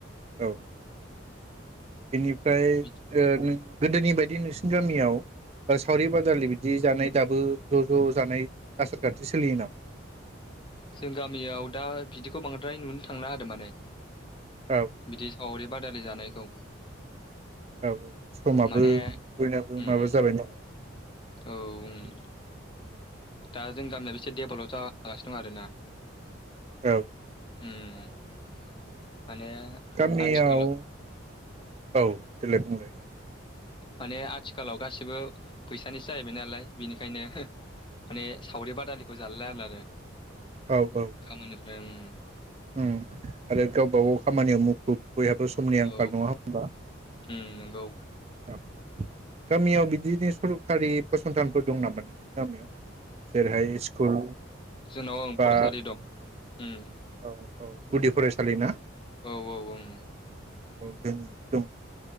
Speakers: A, on the right (about 30°); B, on the left (about 25°).
A: औ। बेनिफ्राय
B: बिदि
A: ओ नों गोदोनि बायदि नोंसिनि गामियाव सावरि बादालि बिदि जानाय दाबो ज' ज' जानाय आसारखान्थि सोलियो नामा?
B: जों गामियाव दा बिदिखौ बांद्राय नुनो थांला आरो माने।
A: औ
B: बिदि सावरि बादा लि जानायखौ
A: औ औ समाबो
B: माने
A: बयनाबो
B: उम
A: माबा जाबाय नालाय।
B: औ उम दा जों गामियाबो एसे डेभेलप जागा सिनो दं आरो ना
A: औ
B: उम माने
A: गामियाव
B: आथिखालाव
A: औ देलाय बुंलाय।
B: माने आथिखालाव गासिबो फैसानिसो जाहैबाय नालाय बेनिखायनो माने सावरि बादालिखौ जालायलाला आरो
A: औ औ
B: खामानिफ्राय उम
A: उम आरो गावबा गाव खामानियाव मुखुब। बयहाबो समनि
B: औ
A: आंखाल नङा होमबा
B: उम नंगौ
A: औ गामियाव बिदिनो सरखारि फस फसंथानफोर दं नामा नोंसिनि गामियाव जेरैहाय स्कुल
B: दङ ओं
A: बा
B: फरायसालि दं उम।
A: औ औ गुदि फरायसालि ना?
B: औ औ ओं
A: <unintelligible>